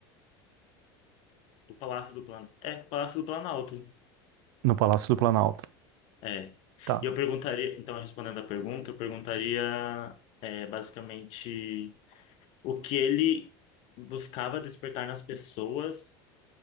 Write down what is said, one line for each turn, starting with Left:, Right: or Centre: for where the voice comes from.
Left: o Palácio do Planalto. É, o Palácio do Planalto.
Right: no Palácio do Planalto.
Left: É.
Right: Tá,
Left: E eu perguntaria, então, respondendo a pergunta, eu perguntaria é, basicamente o que ele buscava despertar nas pessoas